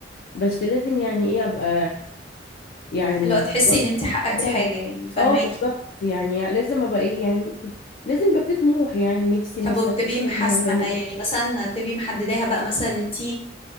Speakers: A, on the left; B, on the left.
A: بس لازم يعني إيه أبقى يعني
B: لو تحسي
A: ب-
B: ان انت حققتي
A: ب-
B: حاجه يعني فهماكي
A: اه بالظبط يعني لازم أبقى إيه يعني لازم يبقى في طموح يعني نفسي
B: طب
A: مثلا
B: وبتبقي
A: في
B: محاسبه
A: حاجات معينة
B: يعني مثلا بتبقي محدداها بقى مثلا انت